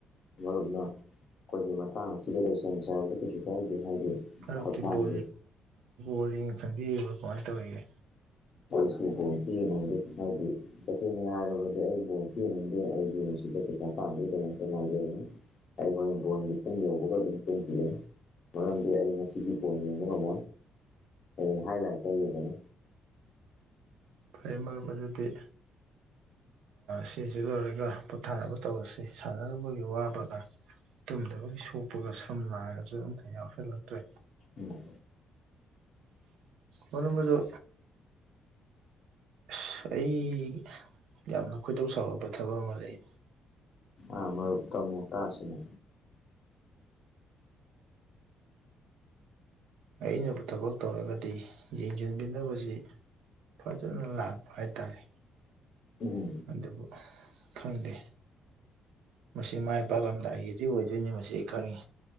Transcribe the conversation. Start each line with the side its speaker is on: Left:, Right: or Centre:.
Left: ꯃꯔꯨꯞꯅ ꯑꯩꯈꯣꯏꯒꯤ ꯃꯇꯥꯡ ꯑꯁꯤꯗ ꯂꯣꯏꯁꯪ ꯁꯥꯕꯗꯤ ꯀꯩꯁꯨ ꯀꯥꯏꯗꯦ ꯍꯥꯏꯗꯤ
Right: ꯑꯗꯨꯛꯇꯤꯣ
Left: ꯍꯛꯆꯥꯡꯒꯤ
Right: ꯣꯂꯤꯡ ꯈꯟꯕꯤꯔꯤꯕ ꯀꯃꯥꯏꯅ ꯇꯧꯔꯤꯒꯦ
Left: ꯑꯩꯁꯨ ꯕꯣꯟꯁꯨ ꯌꯦꯡꯅꯤꯡꯗꯦ ꯍꯥꯏꯗꯤ ꯇꯁꯦꯡꯅ ꯍꯥꯏꯔꯕꯗꯤ ꯑꯩ ꯕꯣꯟꯁꯨ ꯌꯦꯡꯅꯤꯡꯗꯦ ꯑꯩꯗꯤ ꯌꯦ ꯁꯤꯗ ꯄꯩꯁꯥ ꯄꯥꯡꯝꯗꯨꯒꯤꯗꯃꯛꯇ ꯉꯥꯏꯖꯒꯅꯤ ꯑꯩ ꯍꯣꯔ ꯕꯣꯟꯒꯤꯇꯟ ꯌꯧꯕꯒ ꯑꯗꯨꯝ ꯇꯦꯟꯈꯤꯒꯅꯤ ꯃꯔꯝꯗꯤ ꯑꯩ ꯉꯁꯤꯗꯤ ꯐꯣꯟꯅꯤꯡꯕ ꯑꯃ ꯀꯅ ꯍꯥꯏꯂꯥꯏꯠ ꯇꯧꯕꯅꯤ
Right: ꯐꯩ ꯃꯔ ꯑꯗꯨꯗꯤ ꯁꯤꯁꯤ ꯂꯣꯏꯔꯒ ꯄꯣꯊꯥꯅꯕ ꯇꯧꯔꯁꯤ ꯁꯥꯟꯅꯔꯨꯅꯕꯒꯤ ꯋꯥꯕꯒ ꯇꯨꯝꯗꯕꯒꯤ ꯁꯣꯛꯄꯒ ꯁꯝ ꯂꯅꯥꯔꯒꯁꯨ ꯑꯝꯇ ꯌꯥꯎꯁꯜꯂꯛꯇ꯭ꯔꯦ
Left: ꯎꯝ
Right: ꯃꯔꯝꯕ ꯑꯗꯨ ꯑꯁ ꯑꯩ ꯌꯥꯝꯅ ꯈꯣꯏꯗꯧ ꯆꯥꯎꯕ ꯊꯕꯛ ꯑꯃ ꯂꯩ
Left: ꯑ ꯃꯔꯨꯞ ꯇꯃꯨ ꯇꯥꯁꯤꯅꯦ
Right: ꯑꯩꯅꯕꯨ ꯊꯕꯛ ꯇꯧꯔꯒꯗꯤ ꯌꯦꯡꯁꯤꯟꯕꯤꯅꯕꯁꯤ ꯐꯖꯅ ꯂꯛꯄ ꯍꯥꯏꯇꯥꯔꯦ
Left: ꯎꯝ
Right: ꯑꯗꯨꯕꯨ ꯈꯪꯗꯦ ꯃꯁꯤ ꯃꯥꯏ ꯄꯥꯛꯂꯝꯗꯥꯏꯒꯤꯗꯤ ꯑꯣꯏꯗꯣꯏꯅꯤ ꯃꯁꯤ ꯑꯩ ꯈꯪꯉꯤ